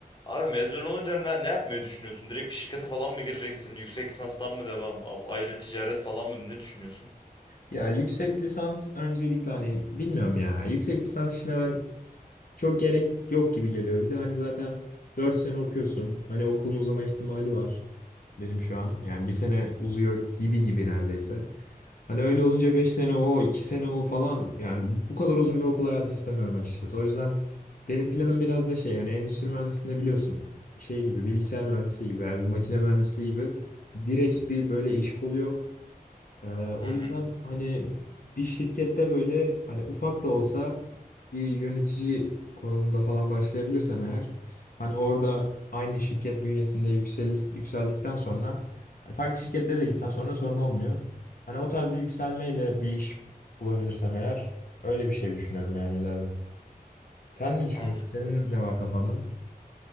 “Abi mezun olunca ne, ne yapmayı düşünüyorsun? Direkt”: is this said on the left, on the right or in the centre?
Left